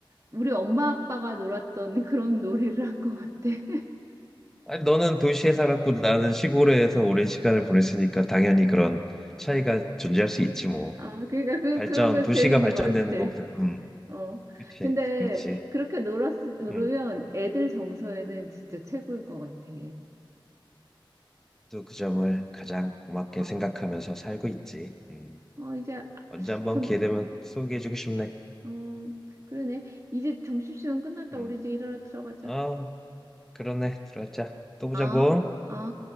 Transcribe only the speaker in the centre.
아니, 너는 도시에 살았고 나는 시골에서 오랜 시간을 보냈으니까 당연히 그런 차이가 존재할 수 있지 뭐.
발전,
도시가
발전되는
것보다, 음,
그치,
그치,
음,
또 그 점을 가장 고맙게
생각하면서
살고 있지. 음,
언제 한번
기회 되면 소개해주고 싶네.
음,
어, 그러네, 들어가자. 또 보자고.